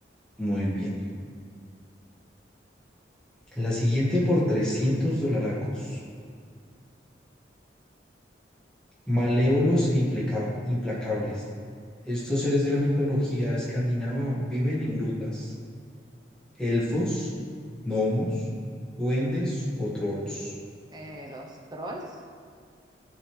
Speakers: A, in the centre; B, on the right.
A: Muy bien. La siguiente por 300 dolaracos. Malévolos e impleca- implacables. Estos seres de la mitología escandinava viven en grutas. Elfos, gnomos, duendes o trolls.
B: Eh, los trolls.